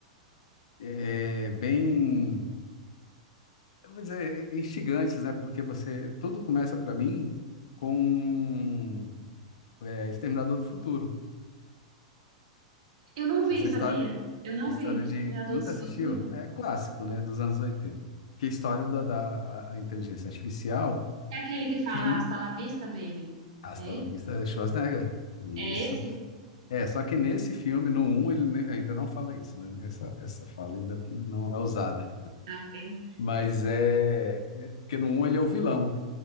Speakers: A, on the left; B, on the right.
A: é, bem eu vou dizer, é, é instigantes, né? Porque você, tudo começa para mim com é, Exterminador do Futuro.
B: Eu não vi,
A: Essa
B: sabia?
A: história,
B: Eu não
A: história
B: vi. Exterminador
A: de, nunca
B: do
A: assistiu?
B: Futuro.
A: É clássico, né? Dos anos oitenta Que é a história da, da a, a inteligência artificial
B: É aquele que fala
A: que
B: Hasta la vista, baby.
A: hasta
B: É, e-
A: la vista Schwarzenegger. Isso.
B: é esse?
A: É, só que nesse filme, no um ele nem- ainda não fala isso, né? Essa, essa fala ainda não é usada.
B: Ah, ok.
A: Mas é, é porque no um ele é o vilão.